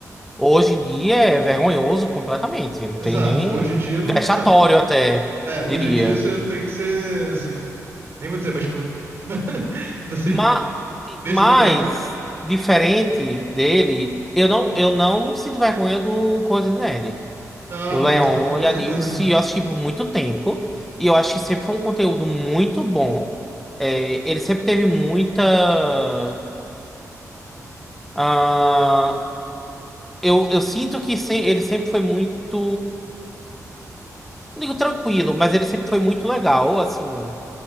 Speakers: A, in the centre; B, on the right.
A: Hoje em dia é vergonhoso completamente, não
B: Exato.
A: tem nem
B: Hoje em dia, não,
A: vexatório até,
B: É, hoje
A: diria.
B: em dia você tem que ser, assim, nem vou dizer, mas tipo, <laughs> assim,
A: Mas,
B: nesse
A: mas
B: momento não dá.
A: diferente dele, eu não, eu não sinto vergonha do Coisa de Nerd.
B: Não,
A: O
B: não,
A: Leon
B: tá- com
A: e a
B: certeza
A: Nilce
B: não.
A: eu assisti por muito tempo e eu acho que sempre foi um conteúdo muito bom. É, ele sempre teve muita. ah, eu, eu sinto que se- ele sempre foi muito. Não digo tranquilo, mas ele sempre foi muito legal, assim.